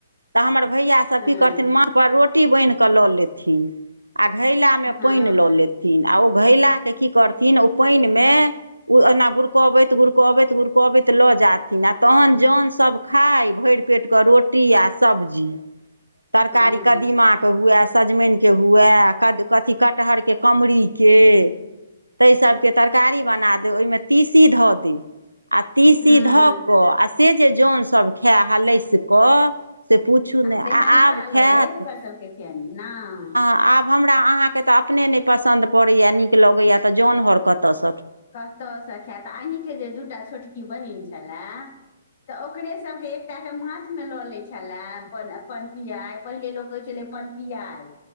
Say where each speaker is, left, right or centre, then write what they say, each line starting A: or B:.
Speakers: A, on the right; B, on the left.
A: तऽ हमर भैया सब
B: हँ
A: की करथिन माथ पर रोटी बान्हि क लऽ लेथिन आ घैला मे
B: हँ
A: पाइन लऽ लेथिन आ ओ घैला के की करथिन ओ पानि मे ओ एना गुड़कबैत गुड़कबैत गुड़कबैत लऽ जाथिन आ तहन जोन सब खााय भरि पेट के रोटी आ सब्जी तरकारी
B: हँ
A: कदीमा के हुए सजमनिके हुए कद कथी कटहरके कमरीके ताहि सभके तरकारी बना दे ओहिमे तीसी धऽ देय आ तीसी
B: हँ
A: धऽ कऽ आ से जे जनसभ खाए हलैस कऽ से पूछू ने आ
B: सेहन
A: आब
B: ता अलग
A: खैत
B: अइ ओकर सबके खेनाइ नहि
A: आब हमरा अहाँके तऽ अपने नहि पसन्द पड़ैया नीक लगैया तऽ जैन हर कतऽसँ
B: कतहुसँ खायत अहीके जे दू टा छोटकी बहिन घलैय तऽ ओकरे सभके एकटाके माथमे लऽ लै छलय अपन अपन पियाइ पहिनेे लोक कहै छलै पनपियाय